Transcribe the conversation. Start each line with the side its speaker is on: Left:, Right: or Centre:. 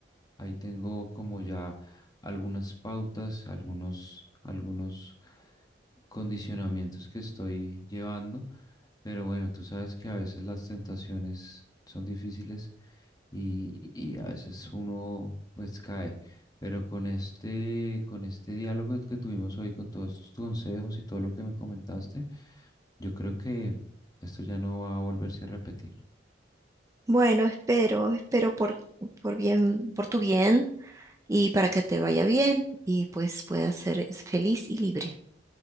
Left: Ahí tengo como ya algunas pautas, algunos, algunos condicionamientos que estoy llevando, pero bueno, tú sabes que a veces las tentaciones son difíciles y, y a veces uno pues cae, pero con este, con este diálogo que tuvimos hoy, con todos estos consejos y todo lo que me comentaste, yo creo que esto ya no va a volverse a repetir.
Right: Bueno, espero, espero por, por bien, por tu bien y para que te vaya bien y pues puedas ser feliz y libre.